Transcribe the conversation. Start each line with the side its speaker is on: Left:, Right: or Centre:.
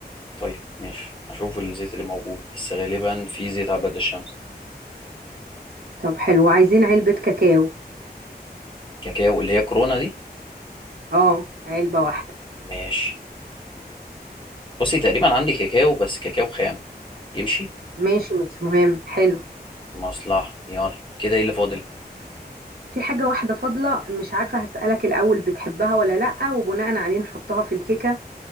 Left: طيب ماشي هشوف الزيت اللي موجود بس غالبا في زيت عباد الشمس
Right: طب حلو عايزين علبة كاكاو
Left: كاكاو اللي هي كورونا دي
Right: اه علبة واحدة
Left: ماشي بصي تقريبا عندي كاكاو بس كاكاو خام يمشي
Right: ماشي مش مهم حلو
Left: مصلحة يلا كده ايه اللي فاضل
Right: في حاجة واحدة فاضلة مش عارفة هسألك الأول بتحبها ولا لأ وبناء عليه نحطها في الكيكة